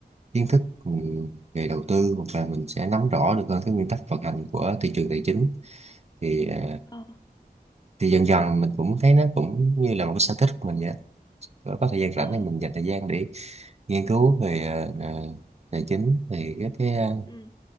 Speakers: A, on the right; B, on the left.
A: kiến thức ừ, về đầu tư hoặc là mình sẽ nắm rõ được hơn cái nguyên tắc vận hành của thị trường tài chính thì ờ,
B: ồ,
A: thì dần dần mình cũng thấy nó cũng như là một cái sở thích của mình vậy á. có, có thời gian rảnh
B: ồ,
A: thì mình dành thời gian để nghiên cứu về ờ, ờ, tài chính thì cái, cái ờ,
B: ừ,